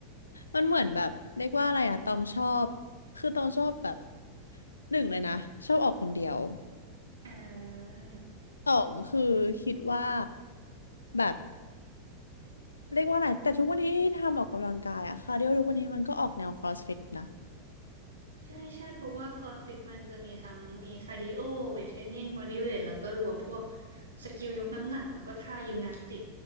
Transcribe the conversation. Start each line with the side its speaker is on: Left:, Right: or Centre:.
Left: มันเหมือนแบบเรียกว่าอะไรอะตองชอบ คือตองชอบแบบหนึ่งเลยนะชอบออกคนเดียว
Right: อ่า
Left: สองคือคิดว่าแบบเรียกว่าอะไรแต่ทุกวันนี้ที่ทำออกกำลังกายอะคาร์ดิโอทุกวันนี้มันก็ออกแนวครอสฟิตนะ
Right: ใช่ใช่เพราะว่าคอร์สฟิตมันจะมีทั้งมีคาร์ดิโอเวทเทรนนิ่งบอดี้เวทแล้วก็รวมพวกสกิลยกน้ำหนักแล้วก็ท่ายิมนาสติก